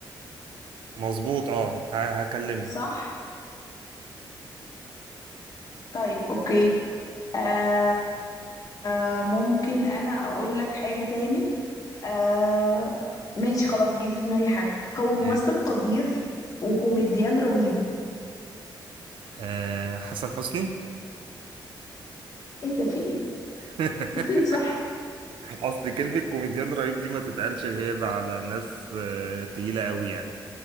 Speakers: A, on the right; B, on the left.
A: مظبوط اه ه- هكلمه
B: صح طيب اوكي آه آه ممكن انا اقول لك حاجة تاني آه ماشي خلاص جه في دماغي حد هو ممثل
A: ماشي
B: قدير وكوميديان رهيب
A: آه حسن حسني
B: ايه ده في ايه
A: <laughs>
B: <laughs> صح
A: اصل كلمة كوميديان رهيب دي ما تتقالش غير على ناس آه تقيلة قوي يعني